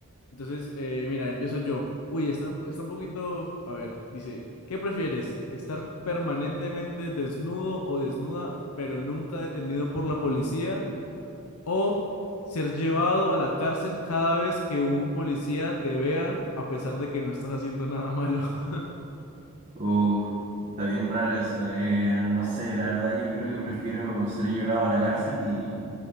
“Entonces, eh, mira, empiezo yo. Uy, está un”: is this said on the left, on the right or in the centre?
Left